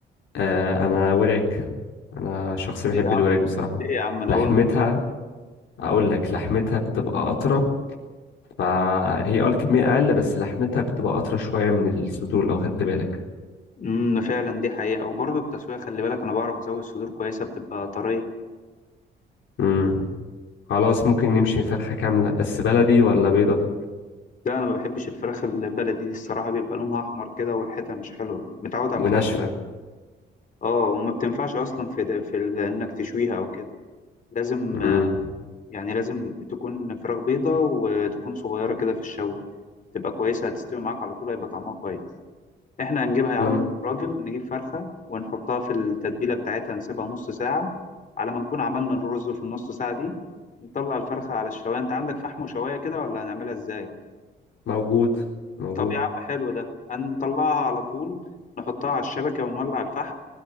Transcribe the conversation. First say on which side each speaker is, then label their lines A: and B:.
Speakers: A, on the left; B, on the left.
A: آه انا وراك انا شخص
B: ليه
A: بيحب
B: يا
A: الوراك
B: عم
A: بصراحة
B: ليه يا عم أنا
A: لحمتها
B: أول مرة أسمع.
A: اقول لك لحمتها بتبقى اطرى فهي اه الكمية اقل بس لحمتها بتبقى اطرى شوية من الصدور لو خدت بالك
B: أمم فعلا دي حقيقة وبرضه التسوية خلي بالك أنا بعرف أسوي الصدور كويسة بتبقى طرية
A: مم. خلاص ممكن نمشي فرخة كاملة بس بلدي ولا بيضة
B: لا أنا ما بحبش الفراخ البلدي دي الصراحة بيبقى لونها أحمر كده وريحتها مش حلوة متعود على
A: وناشفة
B: الفراخ اه وما بتنفعش اصلا في في ال- انك تشويها او كده لازم
A: امم
B: يعني لازم تكون فراخ بيضة وتكون صغيرة كده في الشوي تبقى كويسة هتستوي معاك على طول هيبقى طعمها كويس احنا هنجيبها يا
A: لم
B: عم من الراجل نجيب فرخة ونحطها في التتبيلة بتاعتها نسيبها نص ساعة على ما نكون عملنا الرز في النص ساعة دي نطلع الفرخة على الشواية انت عندك فحم وشواية كده ولا هنعملها ازاي
A: موجود موجود
B: طب يا عم حلو ده هنطلعها على طول نحطها على الشبكة ونولع الفحم